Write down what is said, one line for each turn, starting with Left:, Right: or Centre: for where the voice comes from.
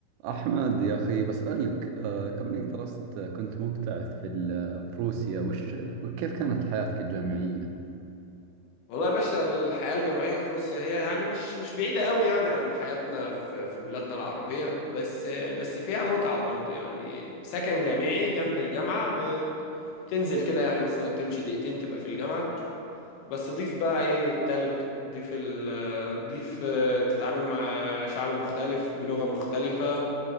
Right: أحمد يا أخي بسألك آه، كونك درست كنت مبتعث في ال- في روسيا وش وكيف كانت حياتك الجامعية؟
Left: والله يا باشا الحياة الجامعية في روسيا هي يعني مش مش بعيدة قوي يعني عن حياتنا في في بلادنا العربية بس بس فيها متعة برضه يعني سكن جامعي جنب الجامعة بتنزل كده يعني مثلا تمشي دقيقتين تبقى في الجامعة بس ضيف بقى ايه التلج ضيف ال ضيف آه، بتتعامل مع شعب مختلف بلغة مختلفة